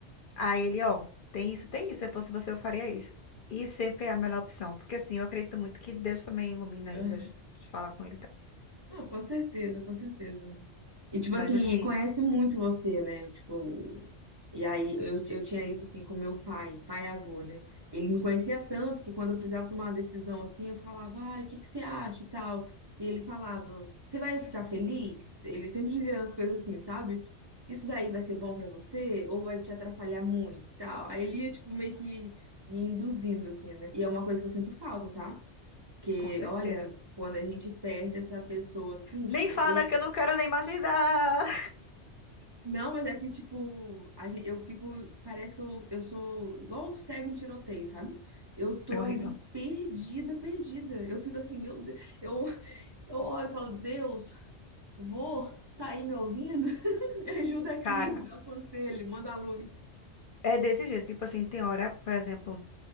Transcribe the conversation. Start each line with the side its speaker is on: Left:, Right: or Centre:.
Left: Aí ele, ó, tem isso, tem isso. Se eu fosse você, eu faria isso. E sempre é a melhor opção. Porque assim, eu acredito muito que Deus também ilumina
Right: Ah,
Left: ele, a gente fala com ele e tal.
Right: não, com certeza, com certeza. E tipo
Left: Mas
Right: assim,
Left: assim,
Right: e conhece muito você, né? Tipo, E aí eu, eu tinha isso assim com meu pai, pai e avô, né? Ele me conhecia tanto que quando eu precisava tomar uma decisão assim, eu falava, ai, o que que você acha e tal? E ele falava, você vai ficar feliz? Ele sempre dizia umas coisas assim, sabe? Isso daí vai ser bom pra você ou vai te atrapalhar muito e tal? Aí ele ia, tipo, meio que me induzindo, assim, né? E é uma coisa que eu sinto falta, tá? Porque,
Left: com certeza.
Right: olha, quando a gente perde essa pessoa assim, tipo,
Left: Nem fala
Right: eu
Left: que eu não quero nem imaginar.
Right: Não, mas é que, tipo, a gen- eu fico. Parece que eu, eu sou igual o cego em tiroteio, sabe? Eu tô
Left: É horrível.
Right: ali perdida, perdida. Eu fico assim, meu Deus. Eu, eu oro e falo, Deus, vô, está aí me ouvindo? <laughs> Me ajuda aqui,
Left: Cara,
Right: me dá um conselho, manda a luz.
Left: é desse jeito. Tipo assim, tem hora, por exemplo,